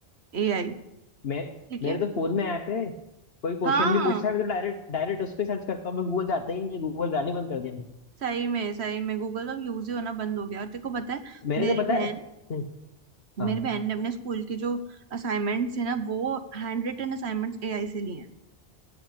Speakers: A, on the right (about 85°); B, on the left (about 70°).
A: एआई
B: मैं
A: ठीक
B: मेरे
A: है
B: तो फोन में ऐप है कोई क्वेश्चन
A: हाँ
B: भी पूछता है मैं तो डायरेक्ट डायरेक्ट उस पर सर्च करता हूँ मैं गूगल जाता ही नहीं है गूगल जाने बंद कर दिया मैंने
A: सही में सही में गूगल तो अब यूज ही होना बंद हो गया और तेरे को पता है
B: मैंने
A: मेरी
B: तो पता
A: बहन
B: है हम्म, हाँ
A: मेरी बहन ने अपने स्कूल के जो असाइनमेंट्स है ना वो हैंड रिटन असाइनमेंट्स एआई से लिए हैं